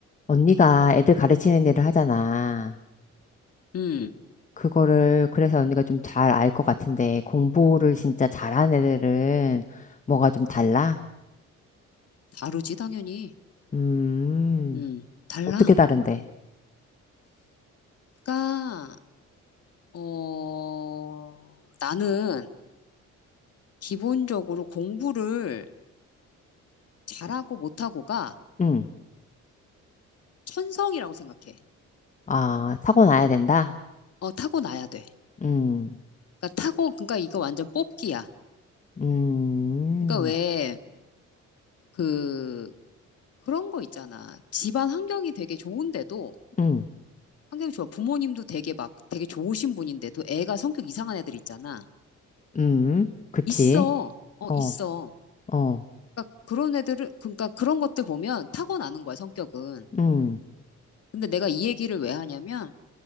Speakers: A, on the left; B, on the left.
A: 언니가 애들 가르치는 일을 하잖아.
B: 음,
A: 그거를, 그래서 언니가 좀 잘 알 것 같은데, 공부를 진짜 잘하는 애들은 뭐가 좀 달라?
B: 다르지, 당연히.
A: 음,
B: 음, 달라.
A: 어떻게 다른데?
B: 그러니까, 어, 나는 기본적으로 공부를 잘하고 못하고가
A: 응.
B: 천성이라고 생각해.
A: 아, 사고 나야 된다?
B: 어, 타고나야 돼.
A: 응,
B: 그러니까 타고, 그러니까 이거 완전 뽑기야.
A: 음,
B: 그러니까 왜, 그, 그런 거 있잖아. 집안 환경이 되게 좋은데도,
A: 음, 음,
B: 환경이 좋아. 부모님도 되게 막, 되게 좋으신 분인데도 애가 성격 이상한 애들 있잖아.
A: 음, 그치.
B: 있어. 어,
A: 어,
B: 있어.
A: 어,
B: 그러니까 그런 애들을, 그러니까 그런 것들 보면 타고나는 거야, 성격은.
A: 음,
B: 근데 내가 이 얘기를 왜 하냐면